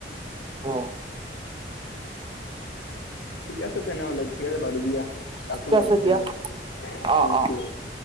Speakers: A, on the right; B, on the left.
A: অহ
B: ঠিক আছে তেনেহলে, ঠিক আছে বাৰু দিয়া, ৰাখো
A: ঠিক
B: মই
A: আছে
B: তেনেহলে,
A: দিয়া অ
B: উম
A: অ
B: ঠিক আছে।